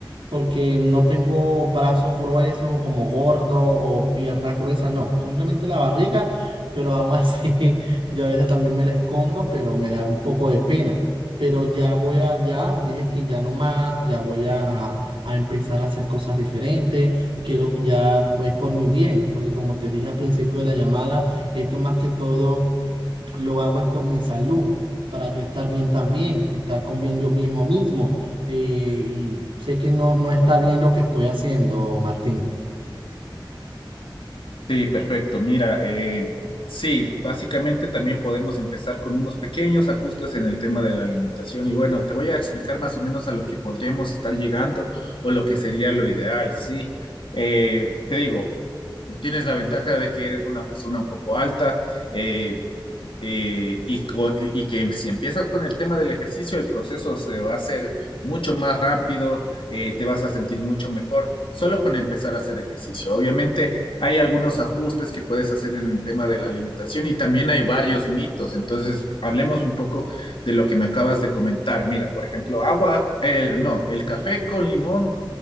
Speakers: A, on the right (about 80°); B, on the left (about 90°).
A: porque no tengo brazos gruesos como gordo o piernas gruesas, no, simplemente la barriga, pero aún así <laughs> yo a veces también me la escondo, pero me da un poco de pena, pero ya voy a, ya dije que ya no más, ya voy a, a- a empezar a hacer cosas diferentes, quiero ya, pues por mi bien, porque como te dije al principio de la llamada, esto más que todo lo hago es por mi salud, para yo estar bien también, estar con bien yo mismo mismo. eh, y sé que no, no está bien lo que estoy haciendo, Martín.
B: Sí, perfecto. Mira, eh, sí, básicamente también podemos empezar con unos pequeños ajustes en el tema de la alimentación y bueno, te voy a explicar más o menos a lo que podríamos estar llegando o lo que sería lo ideal, sí. Eh, te digo, tienes la ventaja de que eres una persona un poco alta, eh, eh, y, co- y que si empiezas con el tema del ejercicio, el proceso se va a hacer mucho más rápido, eh, te vas a sentir mucho mejor solo con empezar a hacer ejercicio. Obviamente hay algunos ajustes que puedes hacer en el tema de la alimentación y también hay varios mitos. Entonces, hablemos un poco de lo que me acabas de comentar. Mira, por ejemplo, agua, el, no, el café con limón